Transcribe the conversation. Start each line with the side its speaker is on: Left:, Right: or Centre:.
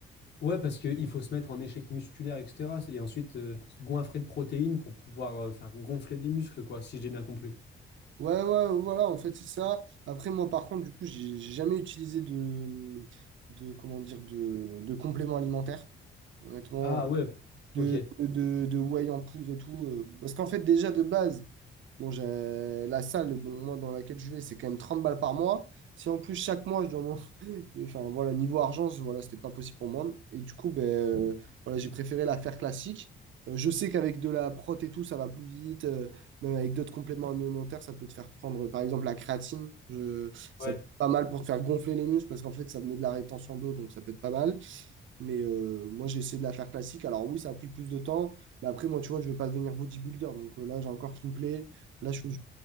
Left: Ouais, parce qu'il faut se mettre en échec musculaire, etc. Et ensuite, euh, se goinfrer de protéines pour pouvoir euh, faire gonfler les muscles, quoi, si j'ai bien compris.
Right: Ouais, ouais, voilà, en fait, c'est ça. Après, moi, par contre, du coup, j'ai j'ai jamais utilisé de, de, comment dire, de, de complément alimentaire, honnêtement,
Left: Ah ouais, ok.
Right: de, de, de whey en poudre et tout. euh, parce qu'en fait, déjà, de base, bon, j'ai la salle, bon, moi, dans laquelle je vais, c'est quand même 30 balles par mois. Si en plus, chaque mois, je dois et Enfin, voilà, niveau argent, c- voilà, c'était pas possible pour moi. Et du coup, ben, euh, voilà, j'ai préféré la faire classique. Euh, je sais qu'avec de la prot et tout, ça va plus vite. euh, même avec d'autres compléments alimentaires, ça peut te faire prendre, par exemple, la créatine. Je, ça
Left: Ouais.
Right: peut être pas mal pour te faire gonfler les muscles parce qu'en fait, ça te met de la rétention d'eau, donc ça peut être pas mal. Mais euh, moi, j'ai essayé de la faire classique. Alors oui, ça a pris plus de temps. Mais après, moi, tu vois, je veux pas devenir bodybuilder. Donc euh, là, j'ai un corps qui me plaît. Là, je fais